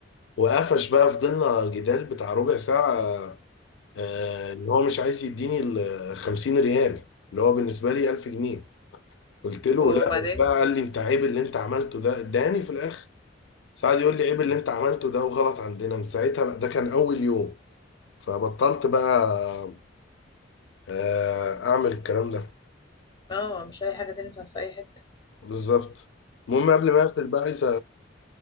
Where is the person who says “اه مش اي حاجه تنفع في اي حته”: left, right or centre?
Left